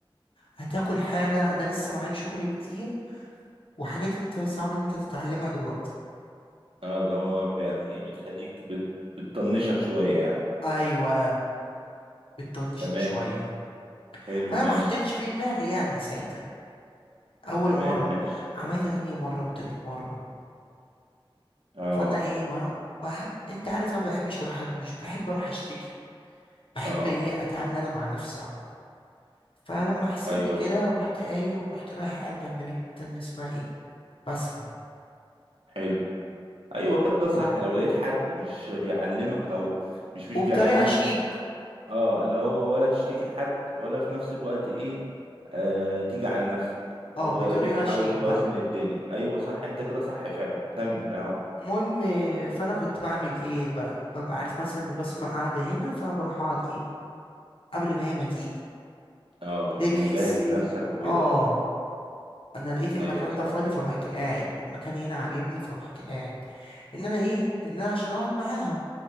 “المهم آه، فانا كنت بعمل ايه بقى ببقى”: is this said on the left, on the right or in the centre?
Left